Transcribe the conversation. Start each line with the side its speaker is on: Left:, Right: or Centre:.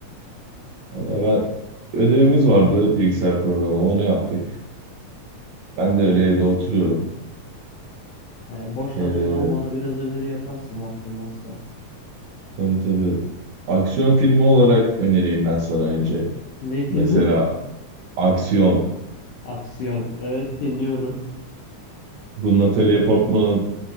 Right: valla ben ödevimiz vardı bilgisayar programı onu yaptık. Ben de öyle
Left: Ha,
Right: evde oturuyorum.
Left: ha, boştan
Right: Ee,
Left: o zaman bana biraz öneri yaparsın vaktin varsa.
Right: tabii tabii. Aksiyon filmi olarak önereyim ben sana önce.
Left: Ne filmi?
Right: Mesela Aksiyon.
Left: Aksiyon. Evet dinliyorum.
Right: Bu Natalie Portman'ın